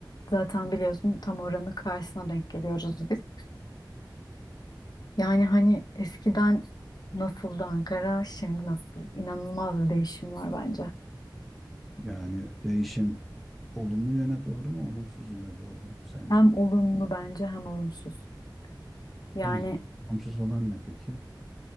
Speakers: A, on the left; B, in the centre.
A: zaten biliyorsun tam oranın karşısına denk geliyoruz biz. Yani hani eskiden nasıldı Ankara, şimdi nasıl? İnanılmaz bir değişim var bence.
B: Yani değişim olumlu yöne doğru mu olumsuz yöne doğru mu sence?
A: Hem olumlu bence hem olumsuz. Yani
B: Peki, olumsuz olan ne peki?